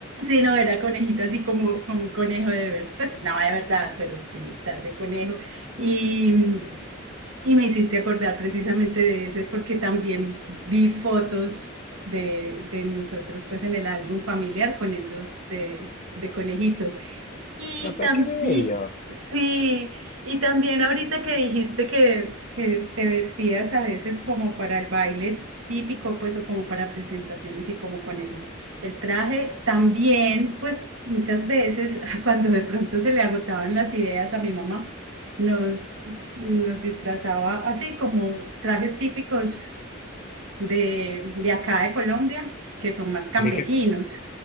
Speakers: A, on the right; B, on the left.
A: Sí, no, era conejito así como, como un conejo de verdad. Pues no, de verdad, pero sí, estás de conejo. Y, y me hiciste acordar precisamente de ese, porque también vi fotos de, de nosotros pues en el álbum familiar con esos de, de conejito. Y
B: no pero
A: también,
B: qué bello.
A: sí, y también ahorita que dijiste que, que te vestías a veces como para el baile típico, pues, o como para presentaciones y como con el, el traje, también, pues, muchas veces <laughs> cuando de pronto se le agotaban las ideas a mi mamá, nos, nos disfrazaba así como trajes típicos de, de acá de Colombia, que son más campesinos.
B: ¿Y de qué